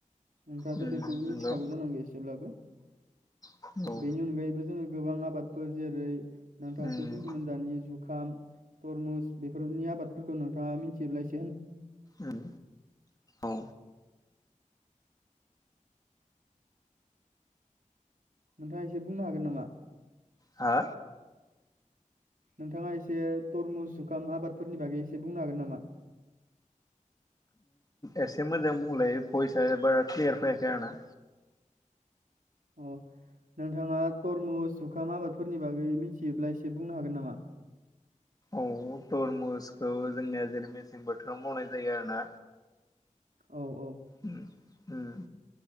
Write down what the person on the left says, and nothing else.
उम
नंगौ
औ
उम औ
उम औ।
हा?
एसे मोजां बुंलाय भइसआ बारा क्लियार फैयाखै आंना।
औ तरमुसखौ जोंनिया जेरै मेसें बोथोराव मावनाय जायो आरोना।
उम। उम